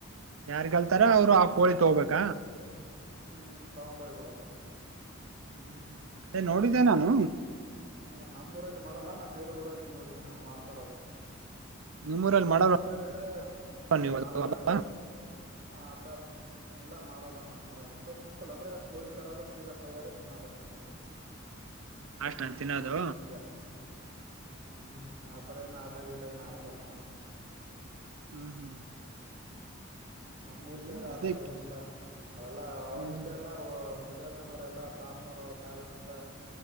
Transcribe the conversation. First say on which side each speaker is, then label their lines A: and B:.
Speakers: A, on the right (about 80°); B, on the right (about 45°).
A: ಯಾರ್ ಗೆಲ್ತಾರೆ ಅವರು ಕೊಳಿ ತೊಗಬೇಕ
B: ಹ್ಮ್ ತಗೊಂಡೋಗಿ ಬಿಡೋದು
A: ಹ್ಮ್ ಅದೇ ನೋಡಿದ್ದೆ ನಾನು
B: ಹ್ಮ ನಮ್ಮ್ ಊರಲ್ಲಿ ಮಾಡಲ್ಲ ನಾವು ಬೇರೆ ಊರಲ್ಲಿ ನೋಡಿದೆ ನಾವು ಮಾಡ್ತಾರೋದು
A: ನಿಮ್ಮೂರಲ್ಲಿ ಮಾಡಲ್ಲ
B: ನಮ್ಮೂರಲ್ಲಿ ಅಂದ್ರೆ
A: ನೀವು ಅದು
B: ಮಾಡಲ್ಲ
A: ಹಬ್ಬ
B: ಅಂದ್ರೆತ ಎಲ್ಲ ಮಾಡಲ್ಲ ನಮ್ಮ್ೂರಲ್ಲಿ ಅಂದ್ರೆ ಸಿಂಪಲ್ ಅಂದ್ರೆ ಕೋಳಿ ತರದ ಸೀದಾ ಕೊಯ್ಯದ ತಿನ್ನೋದ ಅಷ್ಟ ನಮ್ದು
A: ಅಷ್ಟ ನ ತಿನ್ನೋದು
B: ಮುಂಜೆ ಹ್ಮ್ ಅತ್ರ ನ ಆಟ ಗೀಟ ನಾಡ್ಸಲ್ಲನ
A: ಹ್ಮ್ ಹ್ಮ್
B: ನಮೂರ್ ಸೈಡ್
A: ಇಲ್ಲ
B: ಆತರ
A: ಅದಕ್ಕೆ
B: ಏನಿಲ್ಲ ಅವೆಲ್ಲ ಅವವಾಗಿಂದ
A: ಹ್ಮ್ ಹ್ಮ್
B: ಎಲ್ಲಾ ಮುದಿಯ ಆತನವ್ರ ಎಲ್ಲಾ ತಾತನವ್ ಕಾಲಿಂದ